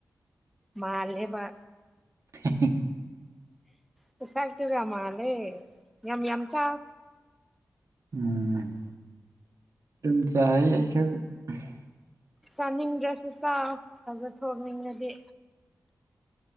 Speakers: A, in the centre; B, on the right.
A: ꯃꯥꯟꯂꯦꯕ
B: <unintelligible>
A: ꯃꯁꯥꯛ ꯇꯨꯒ ꯃꯥꯟꯂꯦ ꯌꯥꯝ ꯌꯥꯝ ꯆꯥꯎ꯫
B: ꯎꯝ ꯑꯗꯨꯝ ꯆꯥꯏ ꯑꯩꯁꯨ ꯫
A: ꯆꯥꯅꯤꯡꯗ꯭ꯔꯁꯨ ꯆꯥꯎ ꯐꯖ ꯊꯣꯛꯅꯤꯡꯉꯗꯤ꯫